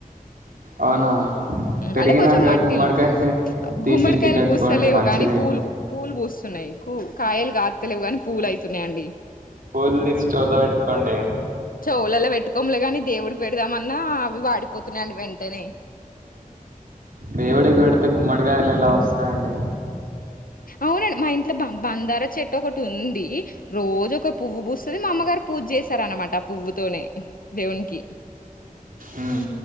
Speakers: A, on the right; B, on the left.
A: అవునా పెరిగినాక
B: అంటే కొంచెం మట్టింది
A: గుమ్మడికాయ తీసి
B: గుమ్మడికాయలు
A: ఇంటికి కట్టుకోండి
B: పూస్తలేవు
A: మంచిది
B: కానీ పూలు పూలు పూస్తున్నాయి పూ కాయలు కాత్ త లేవు కాని పూలు అయితున్నయండి
A: పూలు తీసి చెవులో పెట్టుకోండి
B: చవులలో పెట్టుకోములే కానీ దేవుడి పెడదమ న్నా అవి వాడిపోతు తున్నాండి వెంటనే
A: దేవుడికి పెడితే గుమ్మడికాయలెల్ ఎలా వస్తాయండి
B: అవునండ్ మా ఇంట్లో బం బందార చెట్టు ఒకటి ఉంది, రోజు ఒక పువ్వు పూస్తది, మా అమ్మగారు పూజ చేస్తరన్నమాట ఆ పువ్వుతోనే దేవునికి
A: ఉమ్